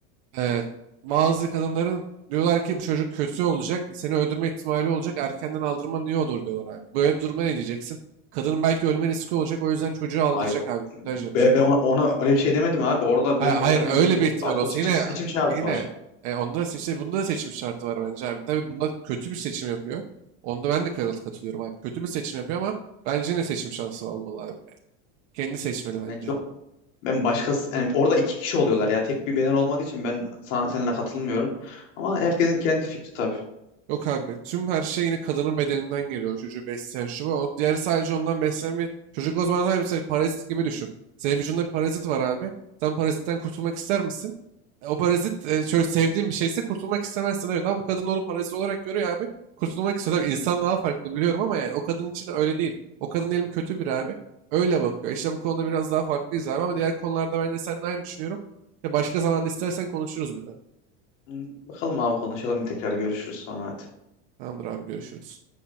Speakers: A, on the right; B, on the left.
A: Ee, bazı kadınların diyorlar ki bu çocuk kötü olacak. Seni öldürme ihtimali olacak. Erkenden aldırman iyi olur diyorlar abi. Böyle bir duruma ne diyeceksin? Kadının belki ölme riski olacak. O yüzden çocuğu aldıracak
B: Ay
A: abi. Kürtaj yapacak.
B: be- be ona, ona öyle bir şey demedim abi. Orada me-
A: Hayır, hayır
B: orada bir mecburiyet
A: öyle bir ihtimal
B: var.
A: olsa
B: Seçim
A: yine
B: seçim, seçim şarjı
A: yine
B: var.
A: e, onda da seçim, bunda da seçim şartı var bence abi. Tabii bunda kötü bir seçim yapıyor. Onda ben de karıl katılıyorum abi. Kötü bir seçim yapıyor ama bence yine seçim şansı olmalı abi. Kendi seçmeli
B: Ben
A: bence.
B: çok ben başkası yani orada iki kişi oluyorlar ya. Tek bir beden olmadığı için ben sana, seninle katılmıyorum. Ama herkesin kendi fikri tabii.
A: Yok abi tüm her şey yine kadının bedeninden geliyor. O çocuğu besleyen şu bu. O diğeri sadece ondan beslenen bir çocuk o zaman abi sen parazit gibi düşün. Senin vücudunda bir parazit var abi. Sen parazitten kurtulmak ister misin? E, O parazit e, çok sevdiğin bir şeyse kurtulmak istemezsin evet ama bu kadın onu parazit olarak görüyor abi. Kurtulmak istiyor. Tabii insan daha farklı biliyorum ama yani o kadın için öyle değil. O kadın diyelim kötü bir abi. Öyle bakıyor. İşte bu konuda biraz daha farklıyız abi ama diğer konularda ben de seninle aynı düşünüyorum. Ya Başka zaman istersen konuşuruz bir de.
B: Hmm, Bakalım abi konuşalım tekrar görüşürüz sonra hadi.
A: Tamamdır abi görüşürüz.